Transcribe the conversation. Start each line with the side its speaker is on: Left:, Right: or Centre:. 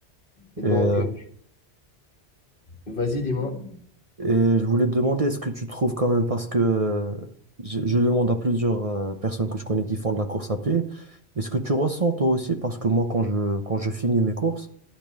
Left: Et donc,
Right: Et, euh,
Left: euh, vas-y, dis-moi.
Right: et je voulais te demander, est-ce que tu trouves quand même, parce que euh, je, je demande à plusieurs euh, personnes que je connais qui font de la course à pied, est-ce que tu ressens toi aussi, parce que moi, quand je, quand je finis mes courses,